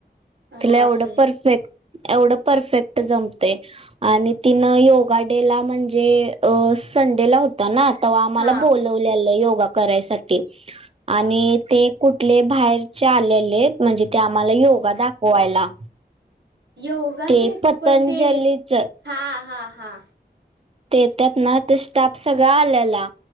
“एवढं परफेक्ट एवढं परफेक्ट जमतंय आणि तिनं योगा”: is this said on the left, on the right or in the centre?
Right